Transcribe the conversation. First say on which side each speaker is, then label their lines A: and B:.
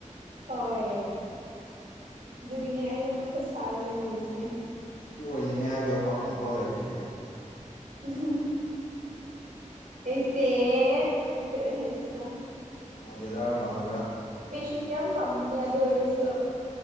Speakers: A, on the right; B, on the left.
A: ꯍꯣꯏ ꯑꯗꯨꯒꯤꯅꯦ ꯑꯩꯅ ꯃꯊꯠ ꯁꯥꯔꯒ ꯂꯩꯕꯁꯦ
B: ꯁꯤ ꯑꯣꯏꯅꯤꯡꯉꯦ ꯍꯥꯏꯕ ꯑꯝꯐꯥꯎ ꯂꯩꯇ꯭ꯔꯤꯌꯦ
A: ꯎꯝ ꯑꯩꯁꯦ ꯀ ꯍꯥꯏꯁꯔ
B: ꯃꯣꯗꯦꯂꯥꯔ ꯄꯥꯝꯕ꯭ꯔꯥ
A: ꯆꯤꯡ ꯌꯥꯝ ꯄꯥꯝꯕꯅꯦ ꯑꯗꯨ ꯑꯣꯏꯔꯁꯨ